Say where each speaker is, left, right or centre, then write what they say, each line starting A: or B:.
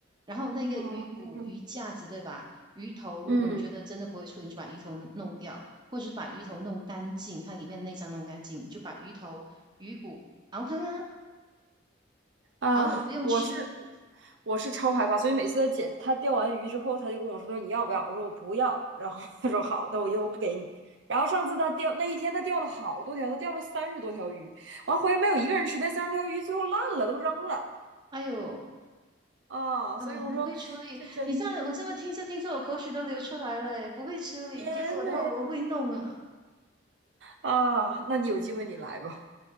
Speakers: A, on the right (about 25°); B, on the right (about 80°).
A: 然后那个鱼骨、
B: 哦，
A: 鱼架子，对吧？鱼头，如果你觉得真的不会处理，
B: 嗯。
A: 你就把鱼头弄掉，或者是把鱼头弄干净，它里面内脏弄干净，你就把鱼头、鱼骨熬汤啊，
B: 啊，
A: 熬了不用吃。
B: 我是我是超害怕，所以每次他捡他钓完鱼之后，他就跟我说：“他说你要不要？”我说：“我不要。”然后他说：“好的，我又不给你。”然后上次他钓那一天，他钓了好多条，他钓了三十多条鱼，完回来没有一个人吃，那三十多条鱼最后烂了，都扔了
A: 哎呦，
B: 啊！
A: 啊，
B: 所以我说这真
A: 不会处理，你这样我这么听着听着，我口水都流出来了诶。不会处理，
B: 天呐
A: 给我的话我会弄啊。
B: 啊！那你有机会你来吧，